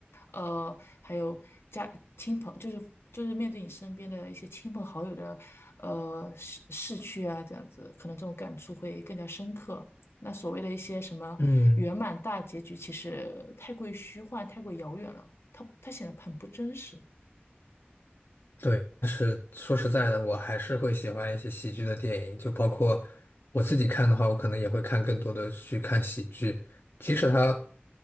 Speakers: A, on the left; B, on the left.
A: 呃，还有家亲朋，就是就是面对你身边的一些亲朋好友的，呃，逝逝去啊，这样子，可能这种感触会更加深刻。那所谓的一些什么圆满大结局，
B: 嗯。
A: 其实太过于虚幻，太过于遥远了，它它显得很不真实。
B: 对，但是说实在的，我还是会喜欢一些喜剧的电影，就包括我自己看的话，我可能也会看更多的去看喜剧，即使它，